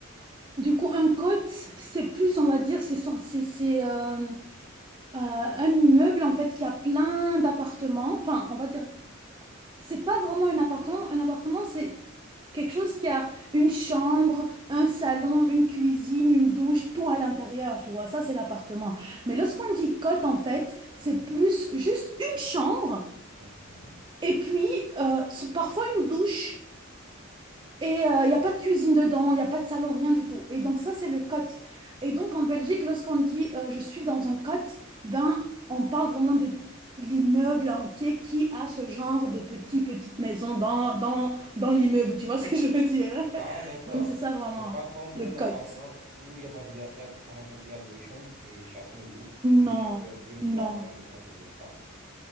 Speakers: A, on the right; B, on the right.
A: du coup, un cote, c'est plus, on va dire, c'est, son- c'est, c'est, euh, euh, un immeuble, en fait, qui a plein d'appartements, enfin, on va dire C'est pas vraiment un appartement. Un appartement, c'est quelque chose qui a une chambre, un salon, une cuisine, une douche, tout à l'intérieur, tu vois. Ça, c'est l'appartement. Mais lorsqu'on dit cote, en fait,
B: Mhm,
A: c'est plus juste une chambre
B: mhm.
A: et puis euh, parfois une douche. Et euh, il n'y a pas de cuisine dedans, il n'y a pas de salon, rien du tout. Et donc ça, c'est le cote. Et donc en Belgique, lorsqu'on dit euh, je suis dans un cote, ben on parle vraiment de l'immeuble entier qui a ce genre de petite petite maison dans, dans, dans l'immeuble, tu vois ce que je veux dire? <laughs>
B: Ah, d'accord.
A: Donc c'est ça vraiment,
B: C'est pas comme
A: le
B: un
A: cote.
B: appartement où il y a, par il y a- il y a- par exemple il y a deux chambres et chacun loue une
A: Non,
B: chambre et un peu un
A: non,
B: partage le reste des espaces.